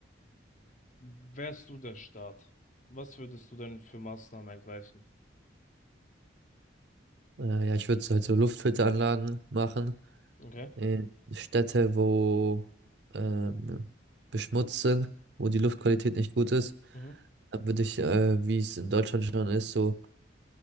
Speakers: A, on the left (about 40°); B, on the right (about 65°).
A: wärst du der Staat? Was würdest du denn für Maßnahmen ergreifen?
B: Äh, ja, ich würde halt so Luftfilteranlagen machen
A: Okay.
B: in Städte, wo ähm, beschmutzt sind, wo die Luftqualität nicht gut ist.
A: Mhm.
B: Dann würde ich, äh, wie es in Deutschland schon ist, so